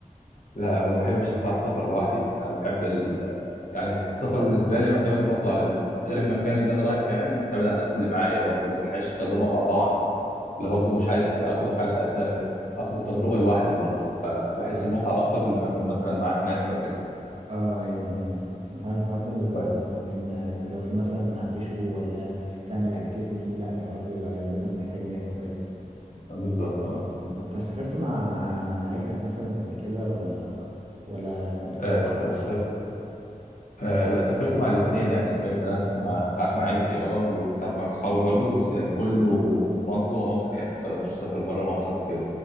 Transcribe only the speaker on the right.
اه ايوه ايوه فعلا الحوار ده بيبقى
لذيذ لان لو في مثلا هتشوي ولا تعمل اكتيفيتي لا الحوار بيبقى لازم محتاج ناس او كده
مم. فانت سافرت مع مع مع عيلتك مثلا قبل كده ولا ولا بتسافر
لوحدك مع اصحابك
مم.